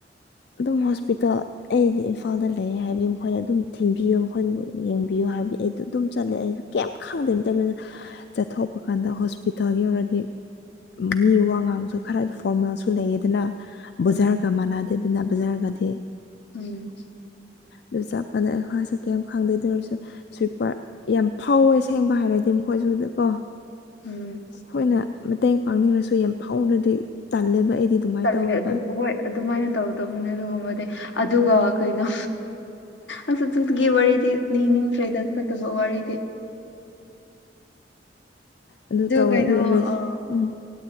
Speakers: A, on the left (about 60°); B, on the left (about 80°).
A: ꯑꯗꯨꯝ ꯍꯣꯁꯄꯤꯇꯥꯜ ꯑꯩꯗꯤ ꯏꯝꯐꯥꯜꯗ ꯂꯩ ꯍꯥꯏꯕꯩ ꯃꯈꯣꯏꯅ ꯑꯗꯨꯝ ꯊꯤꯟꯕꯤꯌꯨ ꯃꯈꯣꯏꯅ ꯌꯦꯡꯕꯤꯌꯨ ꯍꯥꯏꯕꯗꯤ ꯑꯩ ꯑꯗꯨꯝ ꯆꯠꯂꯦ ꯑꯩ ꯀꯩꯝ ꯈꯪꯗꯦꯕꯇ ꯑꯗꯨꯣꯏꯅ ꯆꯠꯊꯣꯛꯄ ꯀꯥꯟꯗ ꯍꯣꯁꯄꯤꯇꯥꯜꯒꯤ ꯑꯣꯏꯔꯗꯤ ꯃꯤ ꯋꯥ ꯉꯥꯡꯕꯁꯨ ꯈꯔꯗꯤ ꯐꯣꯔꯃꯦꯜꯁꯨ ꯂꯩꯌꯦꯗꯅ ꯕꯖꯥꯔꯒ
B: ꯎꯝ
A: ꯃꯥꯟꯅꯗꯦꯗꯨꯅ ꯕꯖꯥꯔꯒꯗꯤ
B: ꯎꯝ
A: ꯑꯗꯨ ꯆꯞꯄꯥꯟꯗ ꯑꯩꯈꯣꯏꯁꯨ ꯀꯩꯝ ꯈꯪꯗꯣꯏꯗꯔꯁꯨ ꯁ꯭ꯋꯤꯞꯄꯔ ꯌꯥꯝ ꯐꯥꯎꯋꯦ ꯁꯦꯡꯕ ꯍꯥꯏꯔꯗꯤ ꯃꯈꯣꯏ ꯁꯗ ꯀꯣ
B: ꯎꯝ
A: ꯑꯩꯈꯣꯏꯅ ꯃꯇꯦꯡ ꯄꯥꯡꯅꯤꯡꯉꯁꯨ ꯌꯥꯝ ꯐꯥꯎꯅꯗꯤ ꯇꯜꯂꯦꯕ ꯑꯩꯗꯤ ꯑꯗꯨꯃꯥꯏꯅ
B: ꯆꯜꯂꯦ
A: ꯇꯧꯋꯦꯕ
B: ꯑꯗꯨ ꯍꯣꯏ ꯑꯗꯨꯃꯥꯏꯅ ꯇꯧꯔꯗꯕꯅꯦ ꯑꯗꯨꯒꯨꯝꯕꯗꯤ ꯑꯗꯨꯒ ꯀꯩꯅꯣ ꯑꯁꯒꯤ ꯋꯥꯔꯤꯗꯤ ꯂꯤꯅꯤꯡꯗ꯭ꯔꯦꯗ ꯐꯠꯇꯕ ꯋꯥꯔꯤꯗꯤ
A: ꯑꯗꯨ ꯇꯧꯋꯦ
B: ꯀꯩꯅꯣ
A: ꯑꯗꯨ ꯔꯦ
B: ꯑ
A: ꯎꯝ